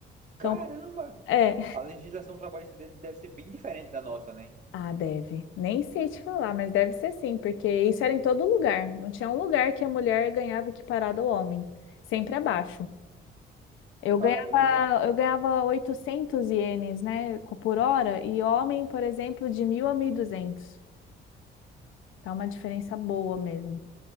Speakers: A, on the left (about 80°); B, on the right (about 40°).
A: Então,
B: Caramba!
A: é.
B: A legislação trabalhista dele deve ser bem diferente da nossa, né?
A: Ah, deve. Nem sei te falar, mas deve ser sim, porque isso era em todo lugar. Não tinha um lugar que a mulher ganhava equiparado ao homem. Sempre abaixo. Eu
B: Caramba,
A: ganhava, eu ganhava 800 ienes, né, co- por hora, e homem, por exemplo, de 1.000 a 1.200. Tá uma diferença boa mesmo.